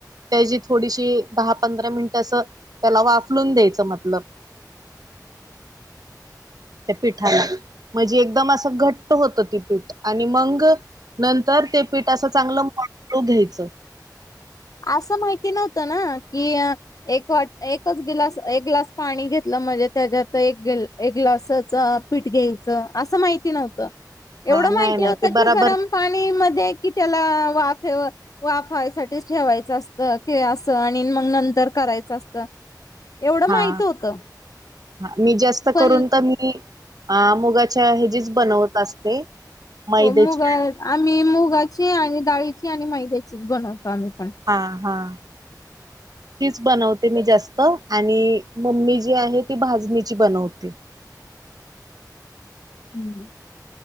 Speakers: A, on the right; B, on the left.
A: त्याची थोडीशी दहा पंधरा मिनिट असं त्याला वाफलून द्यायच मतलब त्या पिठाला म्हणजे एकदम असं घट्ट होत ते पीठ आणि मंग नंतर ते पीठ असं चांगलं मळू मळू घ्यायच.
B: असं माहिती नव्हतं ना की अ एक वाट, एकच गिलास, एक ग्लास पाणी घेतलं म्हणजे त्याच्यात एक गिल एक ग्लासाच पीठ घ्यायचं, असं माहिती नव्हतं, एवढं
A: हा नाही
B: माहिती
A: नाही
B: होतं
A: ते बराबर
B: की गरम पाणी मध्ये कि त्याला वाफेव वाफाय साठीच ठेवायचं असत की अस, आणि मग नंतर करायच असतं एवढं
A: हा
B: माहित होतं.
A: हा मी जास्त
B: पण
A: करून तर मी, अ मुगाच्या ह्याजिच बनवत असते. मैद्याची
B: हो मुगा, आम्ही मुगाची आणि डाळीची आणि मैद्याचीच बनवतो आम्ही पण.
A: आ हा तीच बनवते मी जास्त, आणि मम्मी जी आहे ती भाजणीची बनवते.
B: हम्म